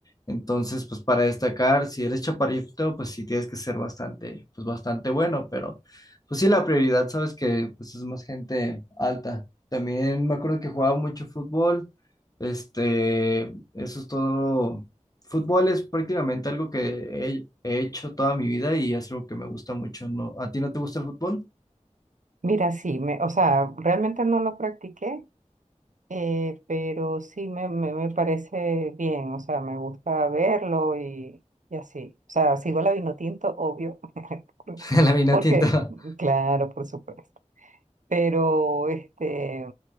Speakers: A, on the left; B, on the right.
A: entonces, pues para destacar, si eres chaparrito, pues sí tienes que ser bastante, pues bastante bueno, pero pues sí la prioridad, sabes que pues es más gente alta. También me acuerdo que jugaba mucho fútbol. Este, eso es todo. Fútbol es prácticamente algo que he, he hecho toda mi vida y es algo que me gusta mucho, ¿no? ¿A ti no te gusta el fútbol?
B: Mira, sí, me, o sea, realmente no lo practiqué, eh, pero sí me, me, me parece bien, o sea, me gusta verlo y, y así. O sea, sigo la Vinotinto, obvio, <laughs>
A: <laughs> La vina
B: porque,
A: tinta.
B: claro, por supuesto. pero este,